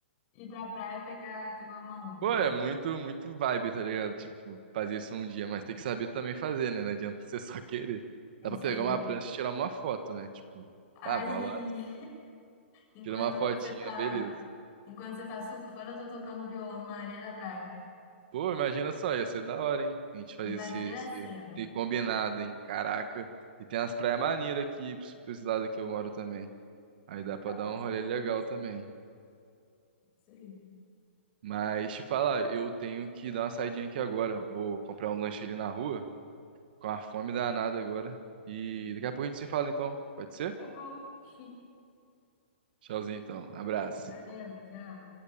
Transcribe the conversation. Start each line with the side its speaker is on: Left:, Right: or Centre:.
Left: ir pra praia pegar, pegar uma onda.
Right: Pô, é muito, muito vibe, tá ligado? Tipo, fazer isso um dia, mas tem que saber também fazer, né? Não adianta <laughs> você só querer.
Left: É
Right: Dá
Left: isso
Right: pra pegar
Left: aí.
Right: uma prancha e tirar uma foto, né? Tipo,
Left: Aí,
Right: ah, vou lá,
Left: enquanto
Right: tira uma fotinha,
Left: você tá,
Right: beleza.
Left: enquanto você tá surfando, eu tô tocando violão na areia da praia.
Right: Pô, imagina só, ia ser da hora, hein? A gente fazer
Left: Imagina
Right: esse, esse,
Left: a cena.
Right: esse combinado, hein? Caraca. E tem umas praias maneiras aqui, pra esse lado que eu moro também. Aí dá
Left: Legal.
Right: pra dar um rolê legal também.
Left: Isso aí.
Right: Mas te falar, eu tenho que dar uma saidinha aqui agora. Vou comprar um lanche ali na rua, com a fome danada agora. E daqui a pouco a gente se fala então. Pode ser?
Left: Tá bom. Chique.
Right: Tchauzinho então. Abraço.
Left: Valeu, tchau.